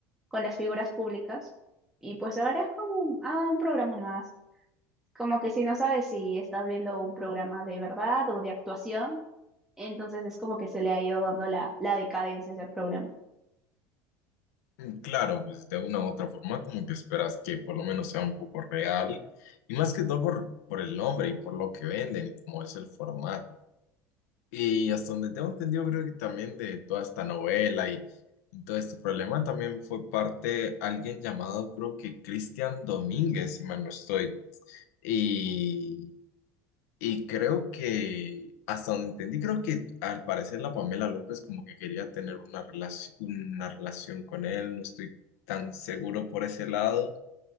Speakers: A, in the centre; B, on the left.
A: con las figuras públicas. Y pues ahora es como un- ah, un programa más. Como que si no sabes si estás viendo un programa de verdad o de actuación, entonces es como que se le ha ido dando la, la decadencia a ese programa.
B: Mm, Claro, pues de una u otra forma como que esperas que por lo menos sea un poco real y más que todo por, por el nombre y por lo que venden, como es el formato. Y hasta donde tengo entendido, creo que también de toda esta novela y, y todo este problema también fue parte alguien llamado, creo que Cristian Domínguez, si mal no estoy. Y, y creo que, hasta donde entendí, creo que al parecer la Pamela López como que quería tener una relación, una relación con él, no estoy tan seguro por ese lado.